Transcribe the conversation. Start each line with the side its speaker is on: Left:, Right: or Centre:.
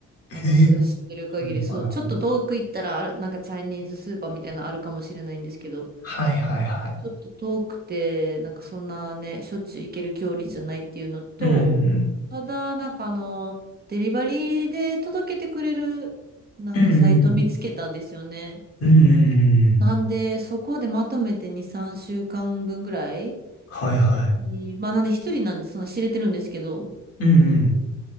Left: へえ
Right: 私が知ってる限り、
Left: はいはいはい。
Right: そう、ちょっと遠く行ったら、あなんかチャイニーズスーパーみたいなのあるかもしれないんですけど、
Left: はいはいはい。
Right: ちょっと遠くて、なんかそんなね、しょっちゅう行ける距離じゃないっていうのと、
Left: うん、
Right: ただ、なんかあの、デリバリーで届けてくれる、なんかサイト見つけたんですよね。
Left: うん、うん、うん、うん、うんうんうん。
Right: なんで、そこでまとめて2、3週間分ぐらい
Left: はいは
Right: にまあなんで一人なんで、その知れてるんですけど、
Left: い。うん、うん。